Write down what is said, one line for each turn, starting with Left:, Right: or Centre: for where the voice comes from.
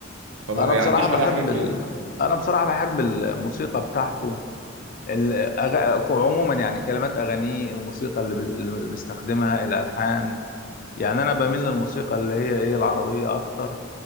Right: فما
Left: انا
Right: بيعديش
Left: بصراحه بحب
Right: عليها حاجات كده
Left: ال... انا بصراحه بحب الموسيقى بتاعته الأغ... عموما يعني كلمات اغانيه الموسيقى اللي, بي... اللي بيستخدمها الالحان يعني انا بميل للموسيقى اللي هي ايه العربيه اكتر